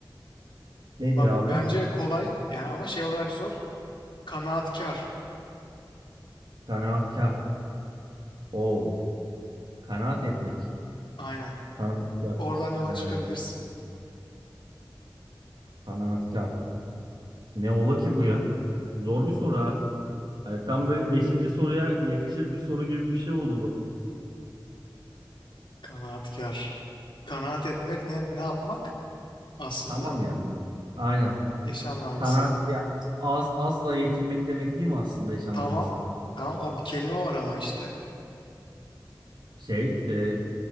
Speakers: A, on the right; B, on the left.
A: Nedir
B: Bak
A: abi?
B: bence kolay yani ama şey olarak zor. Kanaatkar.
A: Kanaatkar. Oo. Kanaat etmek.
B: Aynen.
A: Kanaatkar.
B: Oradan yola
A: Ee,
B: çıkabilirsin.
A: kanaatkar. Ne ola ki bu ya? Zor bir soru ha. Hani tam böyle beşinci soruya yakışır bir soru gibi bir şey oldu bu.
B: Kanaatkar. Kanaat etmek ne ne yapmak aslında?
A: Tamam yani. Aynen.
B: Eş anlamlısı.
A: Kanaat ya az azla yetinmek demek değil mi aslında eş anlamlısı?
B: Tamam. Tamam o bir kelime var ama işte.
A: Şey, e,